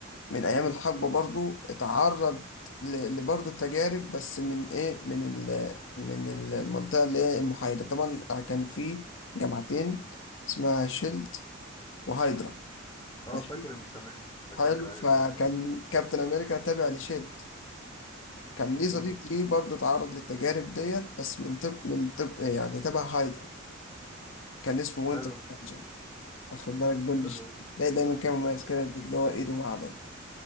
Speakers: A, on the left (about 70°); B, on the left (about 20°).
A: من ايام الحقبه برضو اتعرض ل- لبرضو التجارب بس من ايه من ال من ال- المنطقه اللي هي المحايده طبعا كان في جماعتين اسمها شيلد وهايدرا
B: اه
A: ماشي
B: فاكر المسميات دي فاكرها
A: حلو فكان
B: ايوه ايوه
A: كابتن امريكا تابع لشيلد كان
B: جميل
A: ليه صديق ليه برضه اتعرض للتجارب ديت بس من طب من طب يعني تبع هايدرا كان اسمه وينتر
B: حلو جدا
A: سولجر واخد بالك جند
B: حلو
A: الشتاء
B: جدا
A: ده دايما كان مميز كده اللي هو ايده معدن